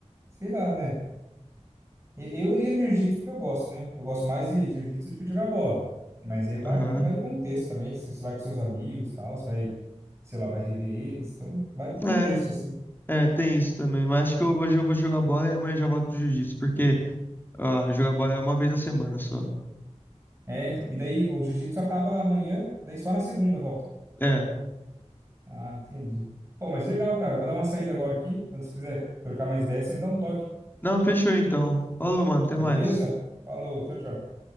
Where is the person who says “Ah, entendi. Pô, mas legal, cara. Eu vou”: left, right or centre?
Right